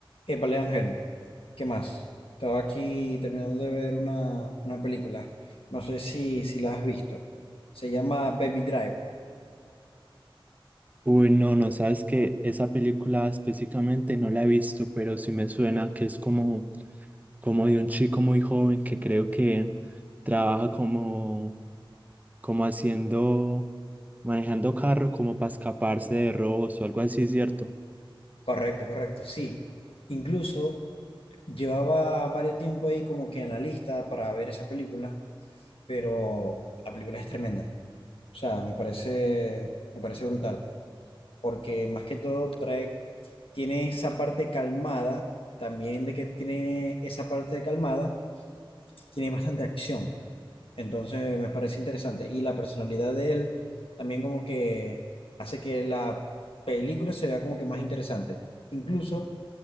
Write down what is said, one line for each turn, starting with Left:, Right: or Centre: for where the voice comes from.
Left: Épale, Ángel, ¿qué más? Estaba aquí terminando de ver una, una película. No sé si, si la has visto. Se llama Baby Drive.
Right: Uy, no, no sabes que esa película específicamente no la he visto, pero sí me suena que es como, como de un chico muy joven que creo que trabaja como, como haciendo, manejando carro como para escaparse de robos o algo así, ¿cierto?
Left: Correcto, correcto, sí. Incluso llevaba varios tiempo ahí como que en la lista para ver esa película, pero la película es tremenda. O sea, me parece, me parece brutal, porque más que todo trae, tiene esa parte calmada, también de que tiene esa parte calmada, tiene bastante acción. Entonces me parece interesante. Y la personalidad de él también como que hace que la película se vea como que más interesante. Incluso